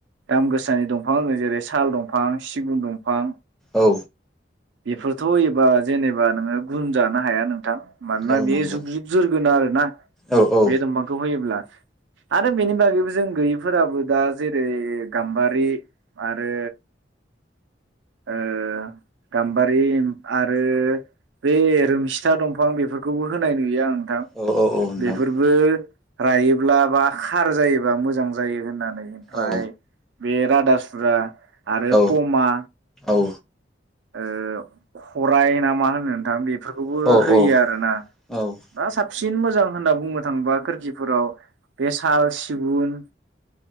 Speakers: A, on the right; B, in the centre.
A: दाम गोसानि दंफां होगोन जेरै साल दंफां सिगुन दंफां।
B: औ।
A: बेफोरथ' होयोबा जेनेबा नोङो गुन जानो हाया नोंथां। मानोना
B: औ
A: बे
B: नंगौ
A: जुुग जुग जोरगोन आरो ना
B: औ औ
A: बे दंफांखौ होयोब्ला। आरो बिनि बागैबो जों गैयिफोराबो दा जेरै गाम्बारि आरो ओ गाम्बारि आरो बे रोमसिथा दंफां बेफोरखौबो होनाय नुयो आं। नोंथां
B: औ औ औ
A: बेफोरबो
B: नोंथां
A: रायोब्ला बा खार जायो। बा मोजां जायो। होननानै ओमफ्राय
B: औ
A: बे रादासुरा आरो
B: औ
A: फमा।
B: औ
A: ओ फराय ना मा होनो नोंथां बे बेफोरखौबो
B: औ औ
A: होयो
B: औ
A: आरोना
B: नोंथां
A: दा साबसिन मोजां होनना बुंनो थाङोबा खोरखिफोराव बे साल सिगुन